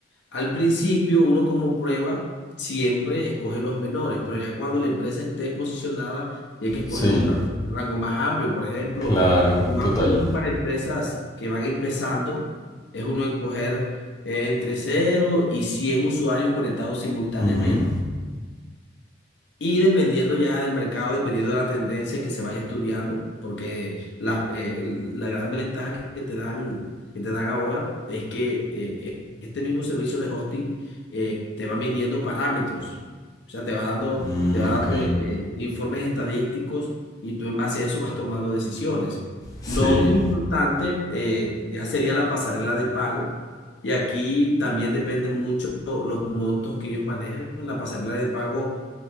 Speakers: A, on the left; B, on the left.
A: Al principio, uno como prueba siempre escoge los menores, pero ya cuando la empresa esté posicionada, tiene que escoger
B: sí,
A: un ra- un rango más amplio. Por ejemplo,
B: claro,
A: lo más
B: total.
A: común para empresas que van empezando es uno escoger eh, entre cero y 100 usuarios conectados simultáneamente
B: Ujú,
A: y dependiendo ya del mercado, dependiendo de la tendencia que se vaya estudiando, porque la, eh, el- la gran ventaja que te dan, que te dan ahora es que eh, eh, este mismo servicio de hosting eh, te va midiendo parámetros, o sea, te va dando,
B: mm,
A: te va
B: ok,
A: dando eh, informes estadísticos y tú en base a eso vas tomando decisiones.
B: sí,
A: Lo otro importante eh, ya sería la pasarela de pago. Y aquí también depende mucho los montos que ellos manejan. La pasarela de pago